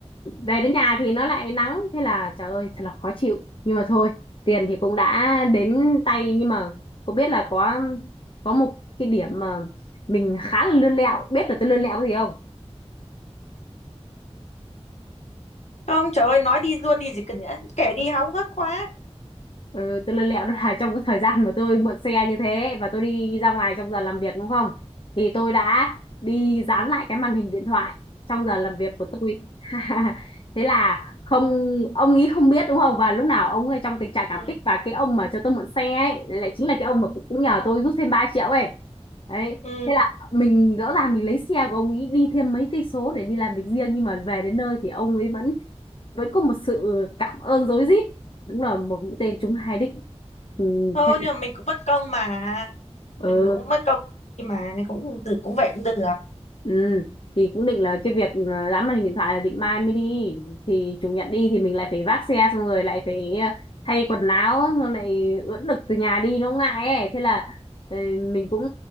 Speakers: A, on the left; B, on the left.
A: về đến nhà thì nó lại nắng thế là trời ơi thật là khó chịu nhưng mà thôi tiền thì cũng đã đến tay nhưng mà cũng biết là có có một cái điểm mà mình khá là lươn lẹo biết là tôi lươn lẹo cái gì không
B: Không, trời ơi, nói đi luôn đi gì cần nhẽ Kể đi hóng hớt quá.
A: Ừ, tôi lơ lẹo đó <laughs> là trong cái thời gian mà tôi mượn xe như thế và tôi đi ra ngoài trong giờ làm việc đúng không? Thì tôi đã đi dán lại cái màn hình điện thoại trong giờ làm việc của tôi. <laughs> Thế là không ông ý không biết đúng không? Và lúc nào ông ấy trong tình trạng
B: Ừ.
A: cảm kích và cái ông mà cho tôi mượn xe ấy lại chính là cái ông mà cũng cũng nhờ tôi rút thêm 3 triệu ấy. Đấy,
B: Ừ.
A: thế là mình rõ ràng mình lấy xe của ông ấy đi thêm mấy cây số để đi làm việc riêng nhưng mà về đến nơi thì ông ấy vẫn vẫn có một sự cảm ơn rối rít đúng là một mũi tên trúng hai đích ừ,
B: Thôi
A: thế là,
B: nhưng mà mình cũng bất công mà. Mình
A: ừ,
B: cũng bất công đi mà, nên cũng cũng được cũng vậy cũng được.
A: ừ. thì cũng định là cái việc là dán màn hình điện thoại là định mai mới đi thì chủ nhật đi thì mình lại phải vác xe xong rồi lại phải ờ, thay quần áo xong lại ướt đực từ nhà đi nó ngại ấy thế là ờ, mình cũng